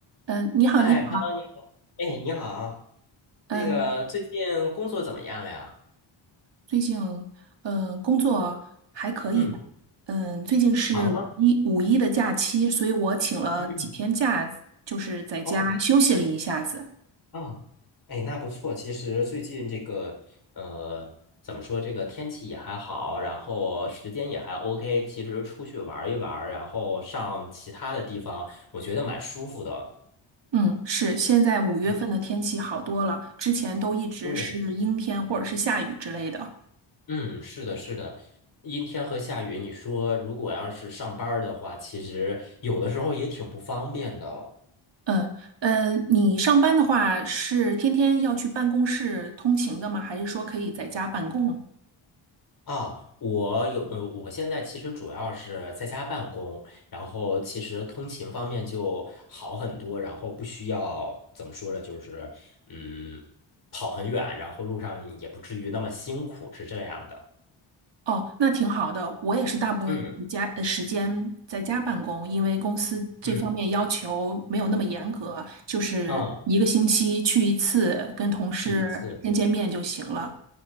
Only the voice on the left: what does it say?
哎，Hello，
你好。哎，你好，
那个最近工作怎么样呀？
嗯，
忙吗？
嗯嗯。
哦，啊，哎，那不错。其实最近这个，呃，怎么说，这个天气也还好，然后时间也还 OK。其实出去玩一玩，然后上其他的地方，我觉得蛮舒服的。
嗯，
对。嗯，是的，是的。阴天和下雨，你说如果要是上班儿的话，其实有的时候也挺不方便的。
啊，我有，呃，我现在其实主要是在家办公，然后其实通勤方面就好很多，然后不需要怎么说呢，就是嗯，跑很远，然后路上也不至于那么辛苦，是这样的。
嗯
嗯，
啊，
去一次。